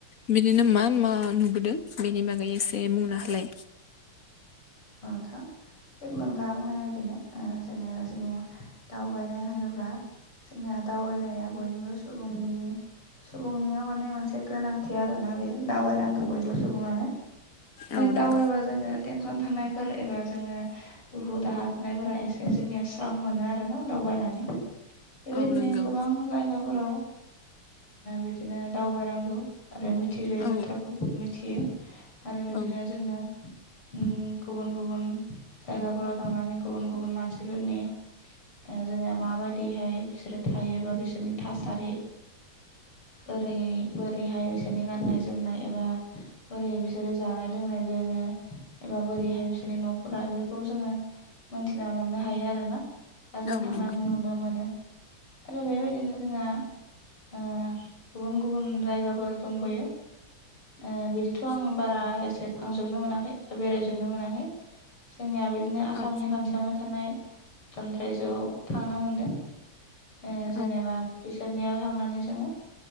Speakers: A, on the left; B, on the left.
A: बिदिनो मा मा नुबोदों बेनि बागै एसे बुंना होलाय।
B: <inaudible> थिग नोङा बुंनाय बायदिनो जेनेबा जोंनिया दावबायनाय होनोब्ला। जोंनिया दावबायनाया बयनिबो सुबुंनि सुबुंनियाव माने मोनसे गोनांथि आरोना बे दावबायनांगौ बयबो सुबुङानो।
A: औ
B: दावबायबा
A: नंगौ
B: जोङो टेनसन थानायफोर एबा जोङो दुखु दाहा थानायफोरा एसे जोंनिया स्रां मोनो आरो ना दावबायना। नानै बेबायदिनो
A: औ नंगौ
B: गोबां जायगाफोराव बिदिनो दावबायनांगौ। आरो मिथिफेरै
A: औ
B: बाथ्राफोरखौबो मिथियो आरो बिदिनो
A: औ
B: जोङो ओम गुबुन गुबुन जायगाफोराव थांनानै गुबुन गुबुन मानसिफोरनि ओ जोङो माबायदिहाय बिसोरो थायो बा बिसोरनि थासारि बोरै बोरैहाय बिसोरनि गाननाय जोमनाय एबा बोरै बिसोरो जाना नाय लोंनाय लोङो एबा बोरैहाय बिसोरनि न'फोरा बेफोरखौ जोङो मोनथिना मोननो हायो आरो ना दाजों
A: औ
B: थांनानै
A: नंगौ
B: नुनो मोनो आरो बेबायदिनो जोंहा ओ गुबुन गुबुन जायगाफोर दंबोयो ओ बिदिथ' आं
A: औ
B: बारा एसे थांजोबनो मोनाखै बा बेरायजोबनो मोनाखै जोंनिया बिदि बिदिनो आसामनि
A: औ
B: खाथियावनो थानाय भुटान रायजोआव थांनो मोनदों ओ जेनेबा
A: औ
B: बिसोरनियाव थांनानै जोङो